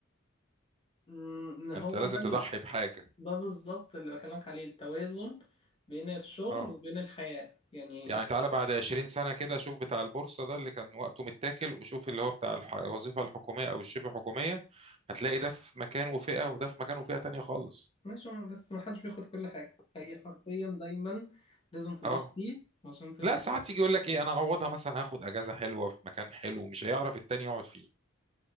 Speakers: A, on the left; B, on the right.
A: أمم، هو
B: انت لازم
A: ده
B: تضحي
A: ال...
B: بحاجه
A: ده بالظبط اللي بكلمك عليه التوازن بين الشغل
B: اه
A: وبين الحياة يعني
B: يعني تعالى بعد 20 سنه كده شوف بتاع البورصه ده اللي كان وقته متاكل وشوف اللي هو بتاع الح- الوظيفه الحكوميه او الشبه حكوميه هتلاقي ده في مكان وفئه وده في مكان وفئه تانية خالص
A: ماشي ما- بس ما حدش بياخد كل حاجة هي حرفيا دايما لازم تضحي
B: اه
A: عشان تاخد
B: لا ساعات يجي يقول لك ايه انا اعوضها مثلا هاخد اجازه حلوه في مكان حلو مش هيعرف التاني يقعد فيه